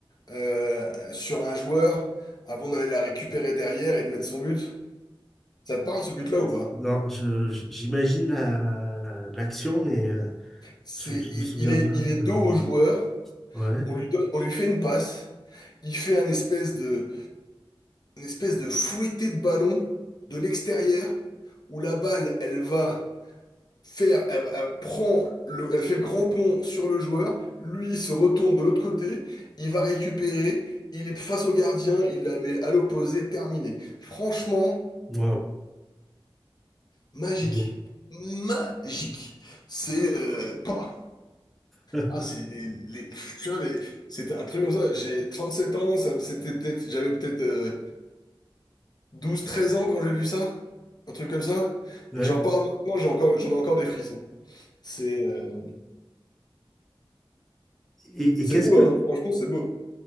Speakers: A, on the left; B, in the centre.
A: euh, sur un joueur, avant d'aller la récupérer derrière et de mettre son but. Ça te parle ce but-là ou pas?
B: Non, je, je- j'imagine la, la- l'action, mais... euh,
A: C'est,
B: Je, je
A: il,
B: me souviens
A: il est,
B: pas
A: il est dos
B: de l'avoir
A: au
B: vu.
A: joueur,
B: Ouais.
A: on lui donne, on lui fait une passe. Il fait un espèce de, une espèce de fouetté de ballon de l'extérieur où la balle, elle va faire, elle, elle prend le, elle fait le grand pont sur le joueur. Lui, il se retourne de l'autre côté. Il va récupérer. Il est face au gardien. Il la met à l'opposé. Terminé. Franchement,
B: Waouh.
A: magique.
B: Bon.
A: Magique. C'est euh, pas.
B: <laughs>
A: Ah, c'est les, les- tu vois, les- c'était un truc comme ça. J'ai 37 ans. Ça, c'était peut-être, j'avais peut-être euh, Douze treize ans quand j'ai vu ça, un truc comme ça.
B: Ouais.
A: Et j'en parle maintenant, j'ai encore, j'en ai encore des frissons. C'est euh,
B: Et, et
A: c'est
B: qu'est-ce
A: beau,
B: que
A: hein. Franchement, c'est beau.